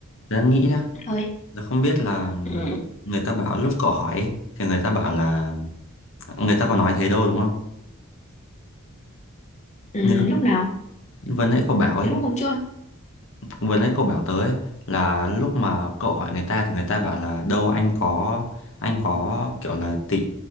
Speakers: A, on the left (about 65°); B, on the left (about 35°).
A: tớ đang nghĩ nhá
B: ơi
A: tớ không biết là ừm,
B: ừ,
A: người ta bảo lúc cậu hỏi ấy, thì người ta bảo là người ta có nói thế đâu đúng không
B: ừ,
A: nhớ
B: lúc nào
A: vừa nãy cậu bảo ấy
B: thế lúc hôm chưa
A: vừa nãy cậu bảo tớ ấy là lúc mà cậu hỏi người ta thì người ta bảo là đâu anh có anh có kiểu là tị